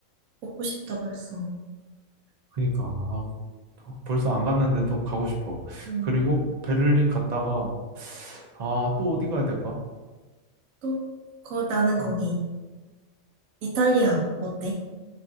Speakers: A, on the right (about 80°); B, on the right (about 45°).
A: 먹고 싶다, 벌써.
B: 그러니까 아, 벌써 안 갔는데도 가고 싶어.
A: 음.
B: 그리고 베를린 갔다가 아, 또 어디 가야 될까?
A: 또, 거, 나는 거기.
B: 음,
A: 이탈리아, 어때?